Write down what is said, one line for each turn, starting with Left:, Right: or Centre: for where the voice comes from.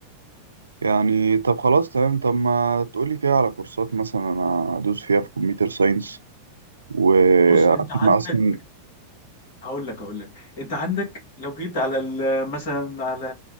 Right: يعني طب خلاص تمام طب ما تقولي كده على كورسات مثلا أنا أدوس فيها في كمبيوتر ساينس وعشان
Left: بص أنت عندك
Right: أصلا
Left: هقول لك هقول لك انت عندك لو جيت على ال- مثلا على